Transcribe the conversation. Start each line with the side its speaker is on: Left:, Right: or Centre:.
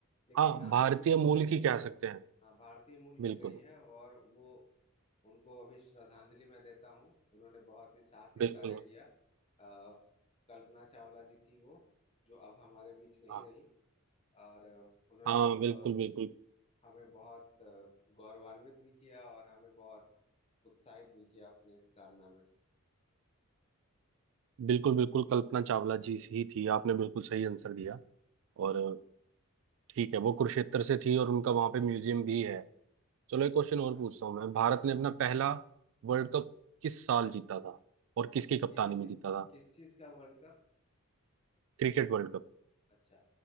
Left: लेकिन
Right: हाँ
Left: नासा
Right: भारतीय
Left: के थ्रू
Right: मूल
Left: गई
Right: की
Left: है
Right: कह सकते हैं
Left: हाँ भारतीय मूल
Right: बिल्कुल
Left: की गई है और वो उनको अभी श्रद्धांजलि मैं देता हूँ उन्होंने बहुत ही साहसिक
Right: बिल्कुल
Left: कार्य किया अ, कल्पना चावला जी थी वो जो अब हमारे बीच नहीं
Right: हाँ
Left: रही और अ, उन्होंने
Right: हाँ
Left: एक
Right: बिल्कुल
Left: अ,
Right: बिल्कुल
Left: हमें बहुत अ, गौरवान्वित भी किया और हमें बहुत उत्साहित भी किया अपने इस कारनामे से
Right: बिल्कुल बिल्कुल कल्पना चावला जी ही थी आपने बिल्कुल सही आंसर दिया और ठीक है वो कुरुक्षेत्र से थी और उनका वहां पे म्यूजियम भी है चलो एक क्वेश्चन और
Left: हाँ।
Right: पूछता हूँ मैं भारत ने अपना पहला वर्ल्ड कप किस साल जीता था और किसकी
Left: किस
Right: कप्तानी
Left: चीज
Right: में जीता था
Left: किस चीज का वर्ल्ड कप
Right: Cricket world cup
Left: अच्छा